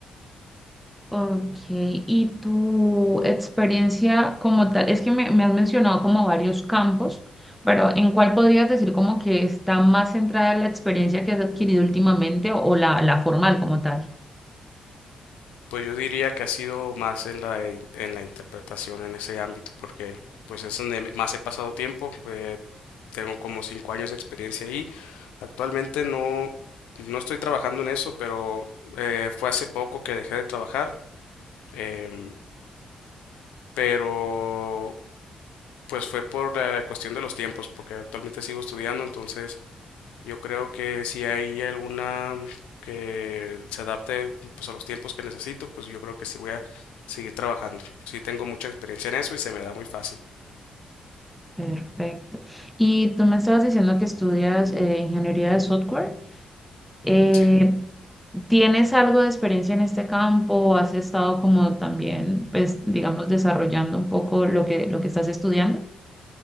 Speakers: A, in the centre; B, on the left.
A: Ok, y tu experiencia como tal, es que me, me has mencionado como varios campos, pero ¿en cuál podrías decir como que está más centrada la experiencia que has adquirido últimamente o, o la, la formal como tal?
B: pues yo diría que ha sido más en la, in- en la interpretación, en ese ámbito, porque pues es donde me- más he pasado tiempo. eh, tengo como cinco años de experiencia ahí. Actualmente no, no estoy trabajando en eso, pero eh, fue hace poco que dejé de trabajar. em, pero pues fue por la cuestión de los tiempos, porque actualmente sigo estudiando, entonces Yo creo que si hay alguna que se adapte pues a los tiempos que necesito, pues yo creo que sí voy a seguir trabajando. Sí tengo mucha experiencia en eso y se me da muy fácil.
A: Perfecto. Y tú me estabas diciendo que estudias eh, ingeniería de software. Eh,
B: Sí.
A: ¿tienes algo de experiencia en este campo? o ¿Has estado como también, pues, digamos, desarrollando un poco lo que, lo que estás estudiando?